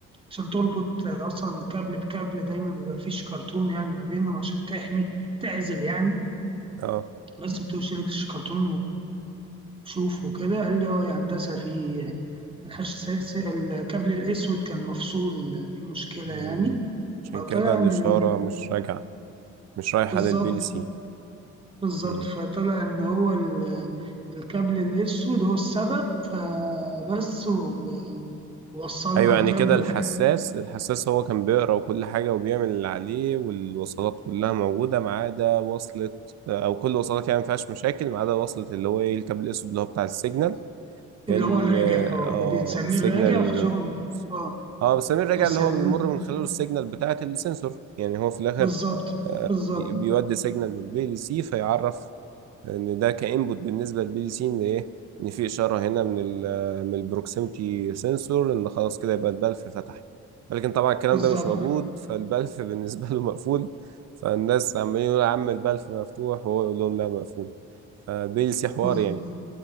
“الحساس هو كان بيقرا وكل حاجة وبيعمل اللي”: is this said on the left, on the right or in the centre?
Right